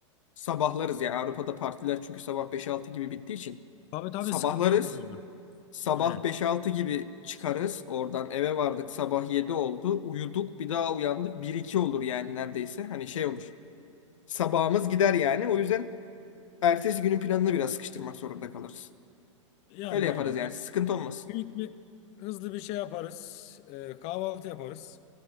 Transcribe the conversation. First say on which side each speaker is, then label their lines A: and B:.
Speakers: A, on the left (about 75°); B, on the left (about 40°).
A: sabahlarız ya. Avrupa'da partiler çünkü sabah beş altı gibi bittiği için.
B: Tabii tabii
A: Sabahlarız.
B: sıkıntı yokmuş orada.
A: Sabah
B: Aynen.
A: beş altı gibi çıkarız. Oradan eve vardık. Sabah 7 oldu. Uyuduk. Bir daha uyandık. Bir iki olur yani neredeyse. Hani şey olur. Sabahımız gider yani. O yüzden ertesi günün planını biraz sıkıştırmak zorunda kalırız.
B: Yani
A: Öyle yaparız
B: aynen.
A: yani.
B: Hani
A: Sıkıntı olmaz.
B: büyük bir hızlı bir şey yaparız. Ee, kahvaltı yaparız.